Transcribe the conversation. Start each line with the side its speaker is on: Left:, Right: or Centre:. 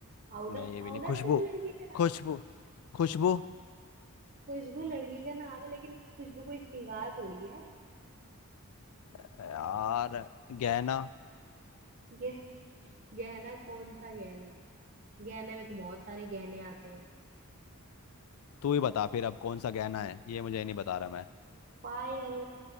Right: पाउडर
Left: नहीं ये
Right: पाउडर
Left: भी नहीं खुशबू
Right: किस लड़की का नाम
Left: खुशबू खुशबू
Right: खुशबू लड़की का नाम है लेकिन खुशबू कोई श्रृंगार थोड़ी है
Left: यार गहना
Right: गे, गहना कौन सा गहना गहने में तो बहुत सारे गहने आते हैं
Left: तू ही बता फिर अब कौन सा गहना है ये मुझे नहीं बता रहा मैं
Right: पायल